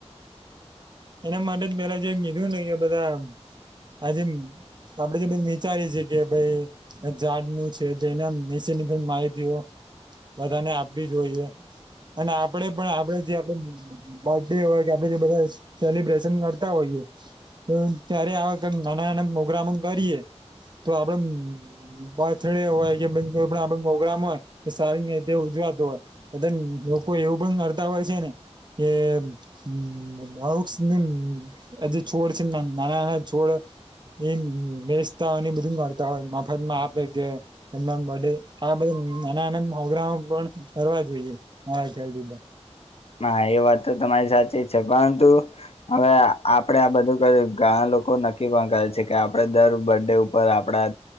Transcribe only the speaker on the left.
હા એ વાત તો તમારી સાચી જ છે. પરંતુ, હવે આપડે આ બધું કર્યું. ઘણા લોકો નક્કી પણ કરે છે કે, આપડે દર બર્ડે ઉપ પર આપડા